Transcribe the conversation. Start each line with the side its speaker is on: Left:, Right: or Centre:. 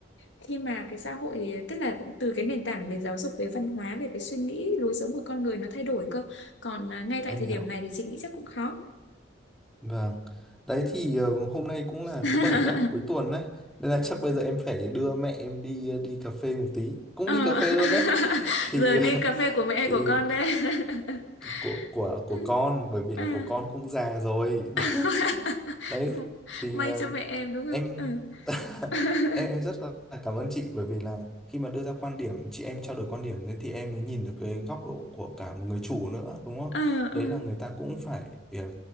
Left: khi mà cái xã hội tức là từ cái nền tảng về giáo dục về văn hóa về cái suy nghĩ lối sống của con người nó thay đổi cơ còn à, ngay tại
Centre: Em
Left: thời
Centre: hiểu.
Left: điểm này thì chị nghĩ chắc cũng khó
Centre: Vâng. Đấy
Left: Ừ.
Centre: thì ờ, hôm nay cũng là
Left: <laughs>
Centre: thứ bảy á, cuối tuần á. Nên là chắc bây giờ em phải đưa mẹ em đi ờ, đi cà phê một tí. Cũng
Left: Ờ.
Centre: đi cà phê
Left: <laughs>
Centre: luôn đấy. Thì
Left: giờ đi cà phê
Centre: <laughs>
Left: của mẹ
Centre: thì
Left: của con đây <laughs>
Centre: của của của
Left: Ừ.
Centre: con bởi vì
Left: à.
Centre: là của con cũng già rồi.
Left: <laughs>
Centre: <laughs> Đấy thì
Left: may
Centre: ờ,
Left: cho mẹ em đúng
Centre: em
Left: không ừ.
Centre: <laughs>
Left: <laughs>
Centre: em em rất là cảm ơn chị bởi vì là khi mà đưa ra quan điểm chị em trao đổi quan điểm thế thì em mới nhìn được cái góc độ của cả một người chủ nữa đúng không?
Left: Ờ,
Centre: Đấy
Left: ờ.
Centre: là người ta cũng phải ờ,